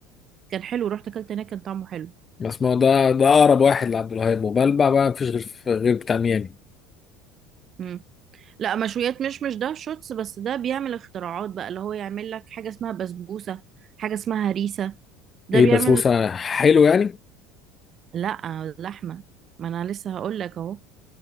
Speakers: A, on the right (about 40°); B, on the left (about 25°).
A: كان حلو رحت اكلت هناك كان طعمه حلو
B: بس ما هو ده ده أقرب واحد لعبد الوهاب وبلبع بقى مفيش غير غير بتاع ميامي
A: امم لا مشويات مش مش ده شوتس بس ده بيعمل اختراعات بقى اللي هو يعمل لك حاجة اسمها بسبوسة حاجة اسمها هريسة ده
B: إيه
A: بيعمل
B: بسبوسة حلو يعني؟
A: لا اللحمة ما انا لسه هقول لك اهو